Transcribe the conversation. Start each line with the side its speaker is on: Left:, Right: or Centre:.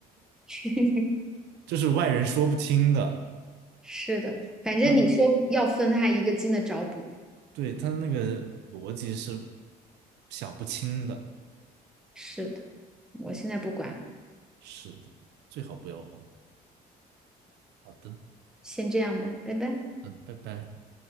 Centre: <laughs>
Right: <laughs> 就是外人说不清的，
Centre: 是的，反正你说要分，
Right: 他
Centre: 他一个劲的找补。
Right: 对他那个逻辑是想不清的。
Centre: 是的，我现在不管了，
Right: 是的，最好不要管。好的，
Centre: 先这样吧，拜拜。
Right: 嗯，拜拜。